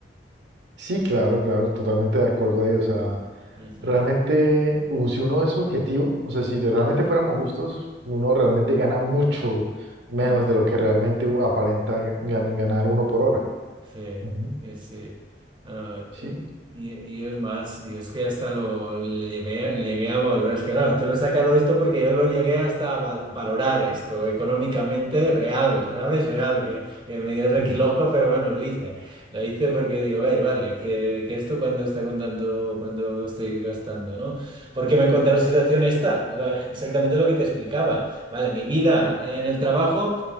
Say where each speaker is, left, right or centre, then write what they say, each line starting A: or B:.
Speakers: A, on the right; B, on the right.
A: Sí, claro, claro, totalmente de acuerdo ahí. O sea,
B: <laughs>
A: realmente, u- si uno es objetivo, o sea, si de- realmente fuéramos justos, uno realmente gana mucho menos
B: Ujú.
A: de lo que realmente u- aparenta ga- gan- ganar uno por hora.
B: Sí,
A: Ujú,
B: sí, sí. Ah,
A: Sí.
B: y, y- y yo es más, yo es que hasta lo le llegué, le llegué a valorar, es que claro, te lo he sacado esto porque yo lo llegué hasta a val- valorar esto económicamente real, ¿sabes? Real, que, que me dirás aquí
A: Mm.
B: loco, pero bueno, lo hice. Lo hice porque digo, a ver, vale, que, que esto cuando está contando, cuando estoy gastando, ¿no? Porque me encontré la situación esta, lo- exactamente lo que te explicaba. Vale, mi vida en el trabajo